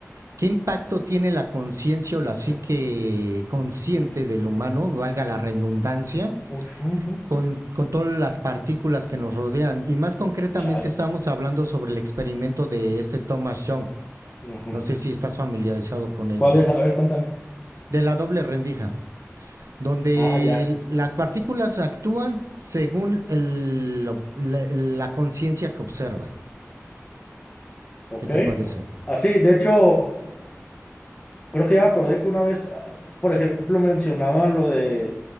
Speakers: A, on the right (about 75°); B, on the left (about 30°).
A: ¿qué impacto tiene la conciencia o la psique
B: ¿qué?
A: consciente
B: Uf.
A: del humano, valga la redundancia,
B: Uf, ujú,
A: con, con todas las partículas que nos rodean. Y más concretamente
B: Chale.
A: estamos hablando sobre el experimento de este Thomas Young.
B: Ujú.
A: No sé si estás familiarizado con ello.
B: ¿Cuál es? A ver, cuéntame.
A: De la doble rendija, donde
B: Ah, ya.
A: las partículas actúan según el- la, la conciencia que observa.
B: Ok.
A: ¿Qué te parece?
B: ok. Así, de hecho, creo que ya me acordé que una vez, ah, por ejemplo, mencionaban lo de